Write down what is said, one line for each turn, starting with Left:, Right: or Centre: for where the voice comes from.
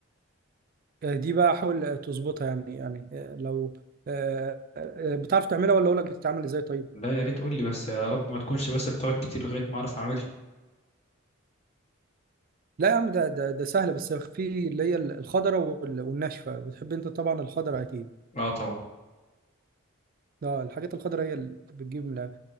Right: آه، دي بقى حاول تظبطها يعني يعني آه، لو آه، آه، آه، بتعرف تعملها ولا اقول لك بتتعمل ازاي طيب
Left: لا يا ريت قول لي بس يا رب ما تكونش بس بتقعد كتير لغايه ما اعرف اعملها
Right: لا يا عم ده ده ده سهله بس في اللي هي الخضره وال- والناشفه بتحب انت طبعا الخضره اكيد
Left: اه طبعا
Right: اه الحاجات الخضره هي اللي بتجيب من الآخر.